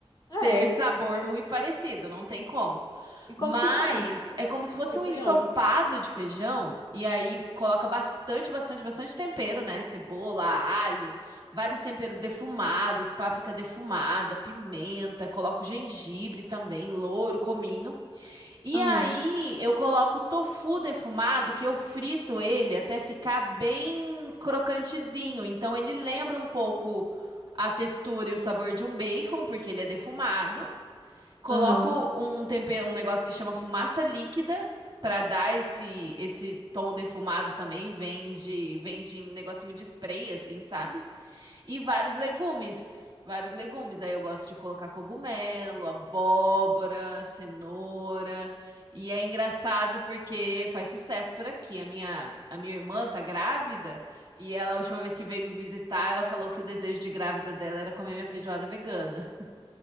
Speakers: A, on the left; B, on the right.
A: Ah,
B: ter
A: é.
B: sabor muito parecido, não tem como.
A: E
B: Mas
A: como que faz?
B: é como se fosse
A: Fiquei
B: um
A: curiosa.
B: ensopado de feijão e aí coloca bastante, bastante, bastante tempero, né? Cebola, alho, vários temperos defumados, páprica defumada, pimenta, coloca o gengibre também, louro, cominho. E
A: Aham.
B: aí eu coloco tofu defumado, que eu frito ele até ficar bem crocantezinho. Então ele lembra um pouco a textura e o sabor de um bacon, porque ele é defumado. Coloco
A: Aham.
B: um tempero, um negócio que chama fumaça líquida. Pra dar esse esse tom defumado também, vende, vende em negocinho de spray, assim, sabe? E vários legumes. Vários legumes. Aí eu gosto de colocar cogumelo, abóbora, cenoura. E é engraçado porque faz sucesso por aqui. A minha, a minha irmã tá grávida e ela, a última vez que veio me visitar, ela falou que o desejo de grávida dela era comer minha feijoada vegana.